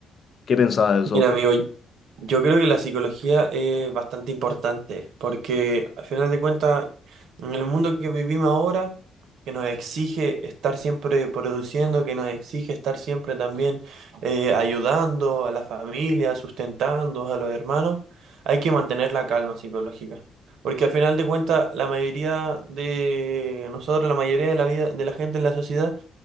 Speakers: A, on the left (about 50°); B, on the right (about 75°).
A: ¿Qué pensás de eso?
B: Mira, amigo, yo creo que la psicología es bastante importante porque al final de cuentas, en el mundo que vivimos ahora, que nos exige estar siempre produciendo, que nos exige estar siempre también eh, ayudando a la familia, sustentando a los hermanos, hay que mantener la calma psicológica. Porque al final de cuentas, la mayoría de nosotros, la mayoría de la vida de la gente en la sociedad,